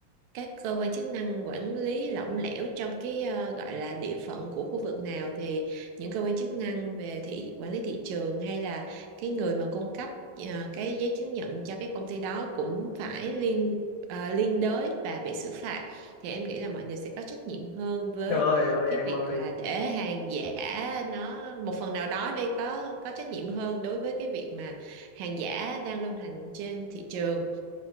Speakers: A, on the right; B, on the left.
A: các cơ quan chức năng quản lý lỏng lẻo trong cái ờ, gọi là địa phận của khu vực nào thì những cơ quan chức năng về thị quản lý thị trường hay là cái người mà cung cấp ờ, cái giấy chứng nhận cho cái công ty đó cũng phải liên ờ, liên đới và bị xử phạt thì em nghĩ là mọi người sẽ có trách nhiệm hơn với
B: Trời ơi
A: cái
B: em
A: việc
B: ơi
A: là để hàng giả nó một phần nào đó đi có có trách nhiệm hơn đối với cái việc mà hàng giả đang lưu hành trên thị trường